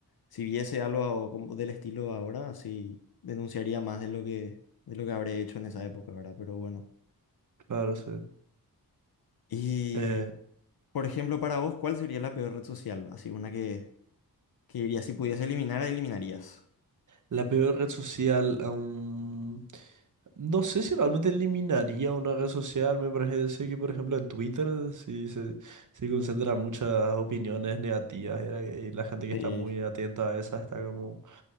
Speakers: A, on the left; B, on the right.
A: si viese algo como del estilo ahora, sí denunciaría más de lo que, de lo que habré hecho en esa época, ¿verdad? Pero bueno.
B: claro, sí.
A: y
B: Eh,
A: Por ejemplo, para vos, ¿cuál sería la peor red social? Así una que, que dirías, si pudiese eliminar, eliminarías.
B: la peor red social, aún... No sé si realmente eliminaría una red social. Me parece que, por ejemplo, en Twitter sí se, se concentra muchas opiniones negativas y la, y la gente que
A: Sí,
B: está muy atenta a esa está como,